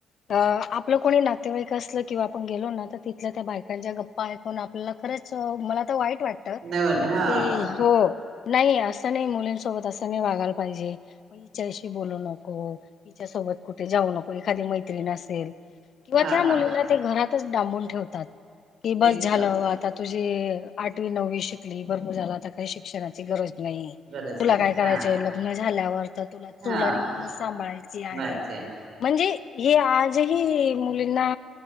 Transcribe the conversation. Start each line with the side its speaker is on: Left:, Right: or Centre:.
Left: अ आपलं कोणी नातेवाईक असलं किंवा आपण गेलो ना तर तिथल्या त्या बायकांच्या गप्पा ऐकून आपल्याला खर. खरच मला तर वाईट वाटत
Right: नाही बोला हा
Left: की हो. नाही असं नाही मुलींसोबत असं नाही वागायला पाहिजे. म हिच्याशी बोलू नको हिच्यासोबत कुठे जाऊ नको एखादी मैत्रीण असेल. किंवा
Right: हा
Left: त्या मुलीला
Right: हा
Left: घरातच डांबून ठेवतात की
Right: तेच
Left: बस झालं
Right: ना
Left: आता तुझ जे आठवी, नववी शिकली भरपूर झाल आता काही शिक्षणाची गरज नाही
Right: गरज
Left: तुला
Right: नाही
Left: काय करायचंय
Right: हा
Left: लग्न झाल्यावर तर तुला
Right: हा
Left: चुल आणि मुलंच सांभाळायची आहे
Right: मिळायचंय
Left: म्ह म्हणजे हे आजही मुलींना